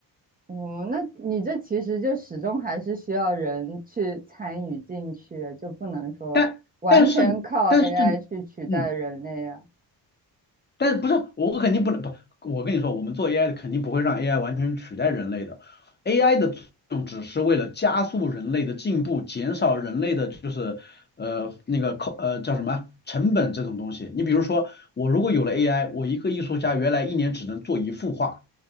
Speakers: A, on the right (about 20°); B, on the left (about 25°).
A: 哦，那你这其实就始终还是需要人去参与进去，就不能说完全靠
B: 但但是但是，
A: AI 去取代人类啊。
B: 嗯，但是不是我肯定不能不，我跟你说，我们做 AI 的肯定不会让 AI 完全取代人类的，AI 的作用只是为了加速人类的进步，减少人类的就是呃那个扣呃叫什么成本这种东西。你比如说，我如果有了 AI，我一个艺术家原来一年只能做一幅画。